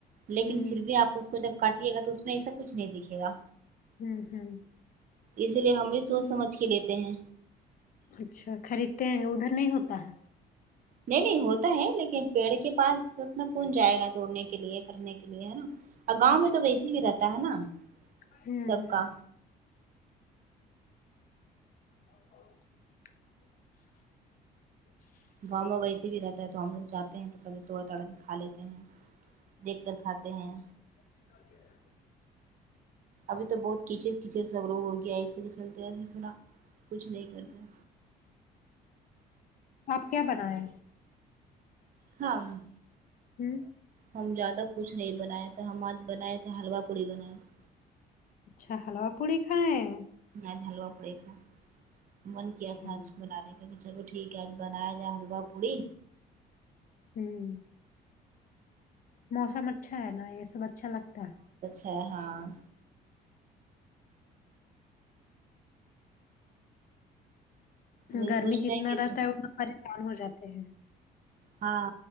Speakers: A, on the right; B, on the left.
A: لیکن
B: ہوں
A: پھر
B: ہوں
A: بھی آپ اس کو جب کاٹیے گا تو اس میں ایسا کچھ نہیں دکھے گا
B: ہوں ہوں
A: اسی لیے ہم بھی سوچ سمجھ کے لیتے ہیں
B: اچھا خریدتے ہیں ادھر نہیں ہوتا ہے
A: نہیں نہیں ہوتا ہے لیکن پیڑ کے پاس اتنا کون جائے گا توڑنے کے لیے کرنے کے لیے ہے نا
B: ہے
A: اور گاؤں
B: اچھا
A: میں تو ویسیے بھی رہتا ہے نا
B: ہوں
A: سب
B: ہوں
A: کا
B: <inaudible>
A: گاؤں میں ویسے بھی رہتا ہے تو ہم لوگ جاتے ہیں تو پہلے توڑ تاڑ کے کھا لیتے ہیں دیکھ کر کھاتے ہیں
B: <inaudible>
A: ابھی تو بہت کیچڑ کیچڑ سا ہو گیا ایسے ہی چلتے اب تھوڑا کچھ نہیں کر رہ
B: آپ کیا بنایا
A: ہم
B: ہوں
A: ہم زیادہ کچھ نہیں بنائے تھے ہم اج بنائے تھے حلوا پوڑی بنائے تھے
B: اچھا حلوا پوڑی کھائیں ہے
A: آج حلوا پڑی کھائے من
B: اچھا
A: کیا تھا
B: ہوں
A: آج بنانے چلو چلو ٹھیک ہے بنایا جائے حلوا پوڑی
B: ہوں موسم اچھا ہے نا یہ سب اچھا لگتا ہے
A: تو ہاں وہی
B: گرمی
A: سوچ رہے
B: جتنا
A: ہیں کہ
B: رہتا ہے اتنا پریشان ہو جاتے ہیں
A: ہاں